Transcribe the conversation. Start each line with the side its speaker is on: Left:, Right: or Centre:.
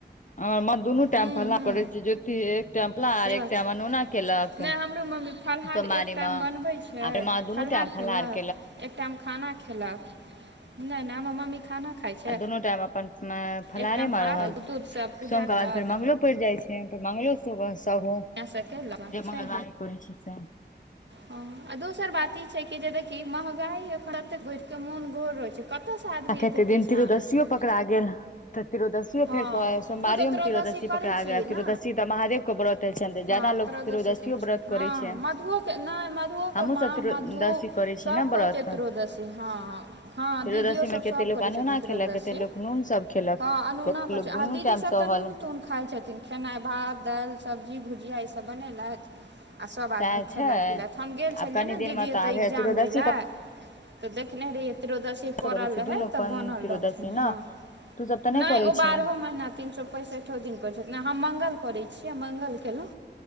Left: आ मधु दोनो टाइम
Right: हूँ
Left: प्रणाम
Right: हूँ
Left: करछे जेकि एक टाइम
Right: से बात छै
Left: अनुना केलक
Right: नहि हमरो मम्मी फलहार
Left: सोमवारी
Right: एक टाइम
Left: मे आ
Right: बनबे छै
Left: फेर माँ दुनू
Right: फलाहार
Left: टाइम फलहार
Right: केलक एक टाइम खाना खेलक नहि नहि हमर मम्मी खाना खाइ छै
Left: आ दुनू टाइम अपन फलहारे
Right: एक टाइम
Left: मे
Right: फलहार
Left: रहल
Right: दूध सब पूजा
Left: सोम के बाद
Right: केलक
Left: फेर मंगलो पड़ जाय छै फेर मंगलो सुबह सहु
Right: सब ला
Left: जे
Right: छैे
Left: मंगलवारी पड़ै छै से
Right: ह दोसर बात ई छै कि कि जे देखि महगाइ अखन एते बैढ़िके मोन गोर रहै छै कतऽसँ आदमी
Left: आ के
Right: एतेक
Left: त दिन
Right: पैसा
Left: त्रयोदशी
Right: आनतै
Left: पकड़ा गेल तऽ त्ररोदशियो
Right: हँ
Left: फेर कर सोमवारियोमे
Right: तू तऽ त्रयोदशी
Left: तरोदशी
Right: करै
Left: पकड़ा
Right: छीही
Left: गेल
Right: ने
Left: तिरोदशी तऽ महादेव के व्रत होइ छनि तऽ ज्यादा
Right: हँ
Left: लोग
Right: त्रोदशी
Left: तिरोदसियो
Right: के छै
Left: व्रत
Right: हँ
Left: करै छै
Right: मधुओ के नहि मधुओ
Left: हमहुँ
Right: के माँ
Left: सब तिरोदसी
Right: मधु
Left: करै छी
Right: सब
Left: ने
Right: के
Left: व्रत
Right: होइ छै त्रोदशी हँ हँ
Left: तिरोदसी
Right: दीदियो ओ सब
Left: मे कते
Right: सब
Left: लोक
Right: करै
Left: अनोना
Right: छथिन त्रोदशी
Left: खेलक कते लोक नून सब खेलक
Right: हाँ अनुना
Left: कते
Right: करै
Left: लोक
Right: छै
Left: दुनू
Right: आ दीदी
Left: टाइम
Right: सब
Left: सहल
Right: तऽ नून तून खाइ खै छथिन खेनाइ भात दाल सब्जी भुजिया ई सब बनेलथि आ सभ आदमी
Left: सएह
Right: खेलैत
Left: छै
Right: पिलैत हम गेल छलियै
Left: आब कनि
Right: ने
Left: दिन
Right: दीदी
Left: मे तऽ
Right: एतय
Left: आबे
Right: एग्जाम
Left: तिरोदसी
Right: दै लए तऽ देखने रहियै त्रियोदशी पड़ल
Left: करै छी
Right: रहय
Left: दुनू
Right: तऽ
Left: तिरोदसी
Right: बनल रहथिन हँ
Left: ने तू सब तऽ
Right: नहि
Left: करै
Right: ओ बारहो
Left: छिही
Right: महिना तीन सौ पैंसठो दिन करै छथिन नहि हम मंगल करै छीयै मङंगल केलु